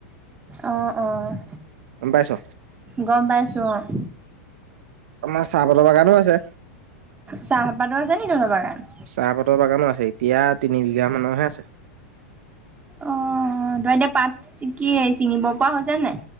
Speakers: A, on the right; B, on the right.
A: অ', অ',
B: গম পাইছ-
A: গম পাইছো অ-
B: আমাৰ চাহপাতৰ বাগান আছে।
A: চাহপাতৰ আছে নি তহতৰ বাগান?
B: চাহপাতৰ বাগানো এতিয়া তিনি বিঘা মানৰহে আছে।
A: অ তই এতিয়া পাত কি চিঙিব পৰা হৈছে নাই